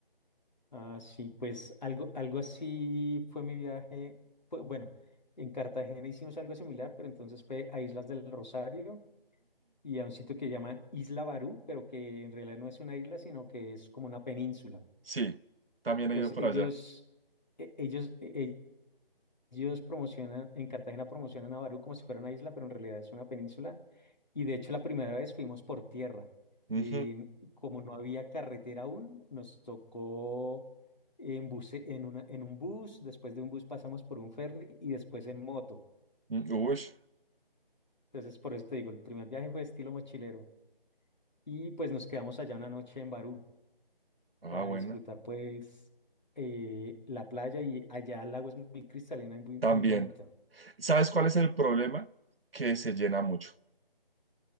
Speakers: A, on the left; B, on the right.
A: Ah, sí, pues algo, algo así fue mi viaje. Fue, bueno, en Cartagena hicimos algo similar, pero entonces fue a Islas del Rosario y a un sitio que llaman Isla Barú, pero que en realidad no es una isla, sino que es como una península.
B: Sí, también he
A: Entonces
B: ido por
A: ellos,
B: allá.
A: e- ellos, e- ellos promocionan, en Cartagena promocionan a Barú como si fuera una isla, pero en realidad es una península. Y de hecho la primera vez fuimos por tierra.
B: Ujú,
A: Y n- como no había carretera aún, nos tocó en, buce- en, una- en un bus, después de un bus pasamos por un ferry y después en moto.
B: mm, ush,
A: Entonces por eso te digo, el primer viaje fue estilo mochilero. Y pues nos quedamos allá una noche en Barú.
B: ah,
A: para
B: bueno.
A: disfrutar pues eh, la playa y allá el agua es muy cristalina y muy,
B: También.
A: muy bonita.
B: ¿Sabes cuál es el problema? Que se llena mucho.